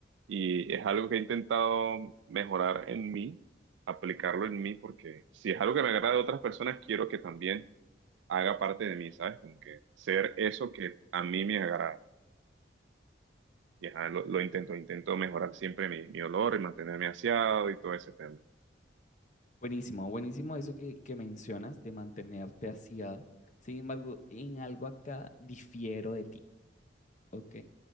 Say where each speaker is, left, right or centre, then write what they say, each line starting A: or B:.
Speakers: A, on the right; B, on the left.
A: Y es algo que he intentado mejorar en mí, aplicarlo en mí, porque si es algo que me agrada de otras personas, quiero que también haga parte de mí, ¿sabes? Como que ser eso que a mí me agrada. Y ajá, lo, lo intento, intento mejorar siempre mi, mi olor y mantenerme aseado y todo ese tema.
B: <laughs> Buenísimo, buenísimo eso que, que mencionas de mantenerte aseado. Sin embargo, en algo acá difiero de ti, ¿ok?